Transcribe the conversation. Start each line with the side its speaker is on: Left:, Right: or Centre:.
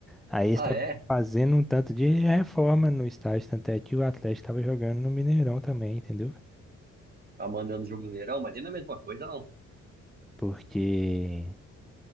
Centre: Aí eles
Right: Ah,
Centre: estavam
Right: é?
Centre: fazendo um tanto de reforma no estádio, tanto é que o Atlético tava jogando no Mineirão também, entendeu?
Right: Tá mandando jogo no Mineirão, mas não é a mesma coisa, não.
Centre: Porque,